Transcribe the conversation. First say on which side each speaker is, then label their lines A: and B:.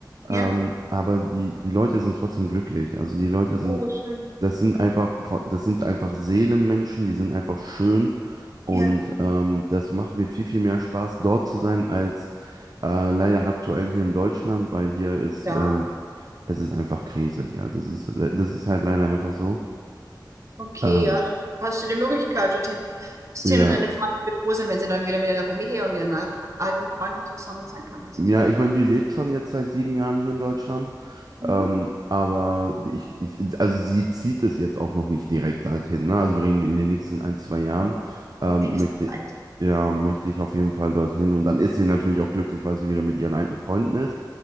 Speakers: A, on the right; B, on the right.
A: ähm,
B: Ja.
A: aber die, die Leute sind trotzdem glücklich. Also die Leute sind,
B: Oh, schön.
A: das sind einfach, das sind einfach Seelenmenschen, die sind einfach schön. Und
B: Ja.
A: ähm, das macht mir viel, viel mehr Spaß, dort zu sein, als äh, leider aktuell hier in Deutschland, weil hier ist
B: Ja.
A: äh, es ist einfach Krise hier. Das ist, le- das ist halt leider einfach so.
B: Okay,
A: Ähm,
B: ja, dann hast du die Möglichkeit, dorthin zu
A: ja.
B: sehen und deine Freunde wird froh sein, wenn sie dann wieder mit ihrer Familie und ihren alt, alten Freunden zusammen sein kann. Das
A: Ja,
B: ist ja
A: ich meine, die lebt schon jetzt seit sieben Jahren hier in Deutschland.
B: Mhm.
A: Ähm, aber ich, ich, also sie zieht es jetzt auch noch nicht direkt halt hin. Ne? Also wir reden in den nächsten ein, zwei Jahren
B: so
A: ähm,
B: im nächsten
A: möchte,
B: Zeit.
A: ja, möchte ich auf jeden Fall dorthin. Und dann ist sie natürlich auch glücklich, weil sie wieder mit ihren alten Freunden ist.